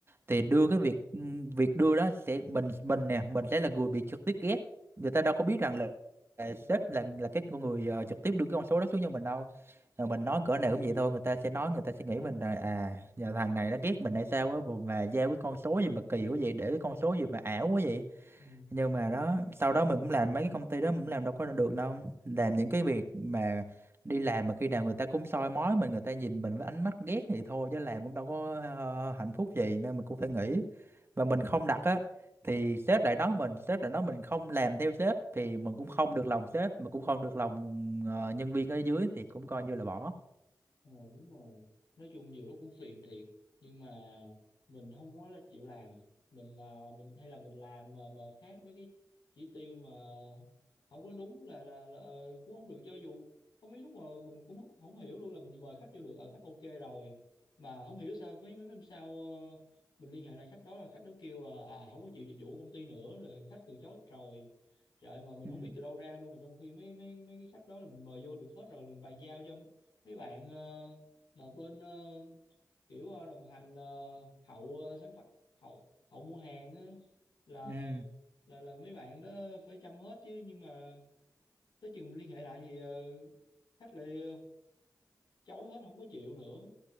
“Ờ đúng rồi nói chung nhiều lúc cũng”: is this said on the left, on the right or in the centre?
Left